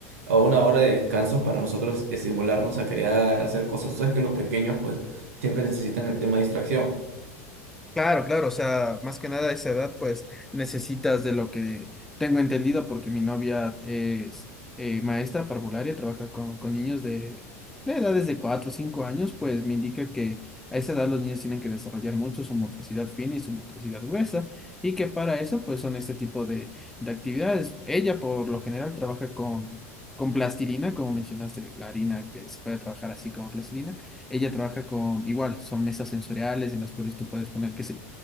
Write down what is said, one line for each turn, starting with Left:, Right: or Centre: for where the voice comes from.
Right: o una hora de descanso para nosotros estimularnos a crear, hacer cosas. Tú sabes que los pequeños, pues, siempre necesitan el tema de distracción.
Centre: Claro, claro, o sea, más que nada a esa edad, pues necesitas de lo que tengo entendido, porque mi novia es eh, maestra parvularia, trabaja con, con niños de, de edades de 4 o 5 años, pues me indica que a esa edad los niños tienen que desarrollar mucho su motricidad fina y su motricidad gruesa, y que para eso, pues son este tipo de, de actividades. Ella, por lo general, trabaja con, con plastilina, como mencionaste, la harina que se puede trabajar así como plastilina ella trabaja con, igual, son mesas sensoriales en las cuales tú puedes poner, qué sé,